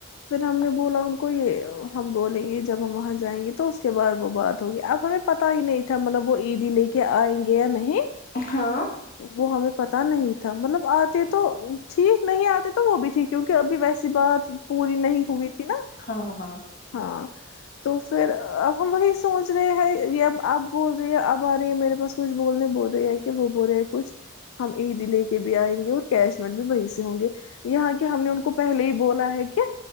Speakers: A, on the left (about 80°); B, on the left (about 45°).
A: پھر ہم نے بولا ان کو یہ ہم بولیں گے جب ہم وہاں جائیں گے تو تو اس کے بعد وہ بات ہوگی اب ہمیں پت ہی نہیں تھا ملب وہ عیدی نہیں کے کیا آئیں گے یا نہیں
B: ہاں
A: وہ ہمیں پتا نہیں تھا مطلب آتے تو ٹھیک نہیں آتے تو وہ بھی تھی کیک ابھی ویسے اسی بات پوری نہیں ہوئی تھی نا
B: ہاں ہاں
A: ہاں تو پھر اب ہم وہی سوچ رہے ہیں یہ اب اب بول رہی ہے اب آ رہی ہے میرے پاس کچھ بولنے بول رہی ہے کہ وہ بول رہے ہیں کچھ ہم عیدی لے کے بھی آئیں گے اور کیش میں ہوں گے یہاں کے ہم نے ان کو پہلے ہی بولا ہے کہ